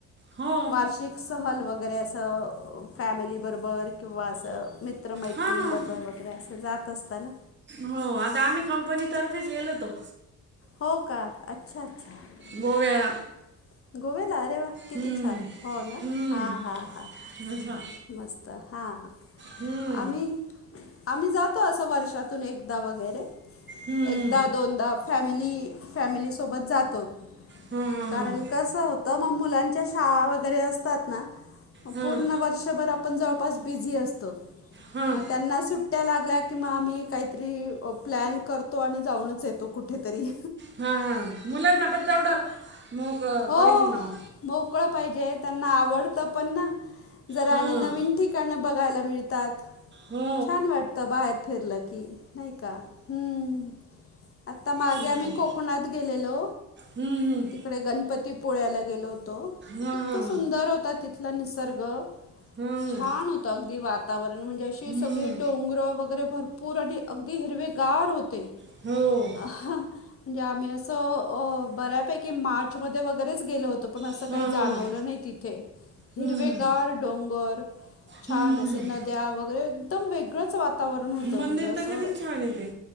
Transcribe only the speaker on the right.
हो
हां
हो आता आम्ही कंपनीतर्फेच गेलो होतो.
गोव्याला
हम्म
हम्म
अच्छा
हम्म
हम्म.
हां हां
हां
हां
हां
हा हा मुलांना पण तेवढं, मग
पाहिजे ना ओ.
हां
हो
ठीक
आहे
हम्म हम्म
हां
हां
हां
हम्म
<unintelligible>
हां
हां
हम्म
हम्म
मंदिर
तर किती छान आहे ते